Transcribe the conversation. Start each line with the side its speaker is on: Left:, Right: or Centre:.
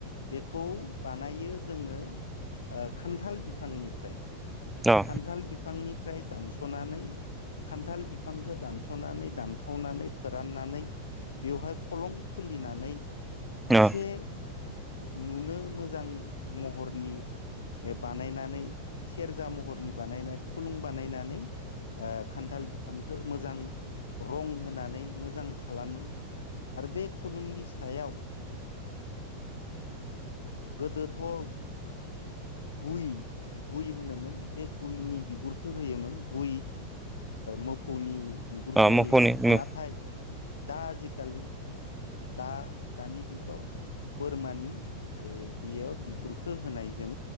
Left: बेखौ बानायो जोङो खान्थाल बिफांनिफ्राय
Centre: अ
Left: खान्थाल बिफांनिफ्राय दानस'नानै खान्थाल बिफांखौ दानस'नानै दानखावनानै फोराननानै बेवहाय खं खुलि सुलिनानै
Centre: अ
Left: इसे नुनो मोजां महरनि बानायनानै सेरजा महरनि बानायनानै खुलुं बानायनानै खान्थाल बिफांखौ मोजां रं होनानै मोजां खालामो आरो बे खुलुंनि सायाव गोदो थ गुइ गुइ होनोमोन बे गुयनि बिगुरखौ होयोमोन गुइ मोफौनि बिगुरखो
Centre: अ
Left: होयोमोन
Centre: मोफौनि मो
Left: नाथाय दा आजिखालि दा दानि जुगाव बोरमानि बेयाव बिगुरखो होनाय जों